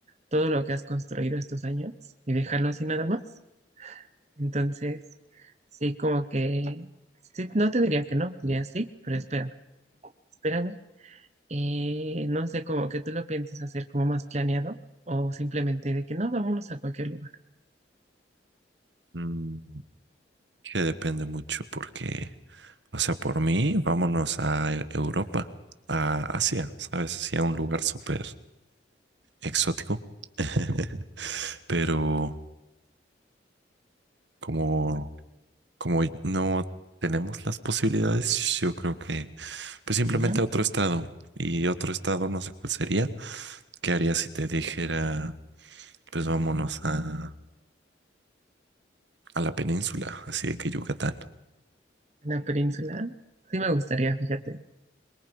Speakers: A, on the right; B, on the right.
A: todo lo que has construido estos años y dejarlo así nada más. Entonces, sí, como que, sí, no te diría que no, diría sí, pero espérame, espérame. Eh, no sé, como que tú lo piensas hacer como más planeado o simplemente de que no, vámonos a cualquier lugar.
B: Mm. Que depende mucho porque, o sea, por mí, vámonos a E- Europa, a Asia, ¿sabes? Así a un lugar súper exótico. <laughs> Pero como, como no tenemos las posibilidades, yo creo que pues simplemente
A: Ujú,
B: a otro estado. Y otro estado, no sé cuál sería. ¿Qué haría si te dijera, pues vámonos a, a la península, así de que Yucatán?
A: En la península, sí me gustaría, fíjate,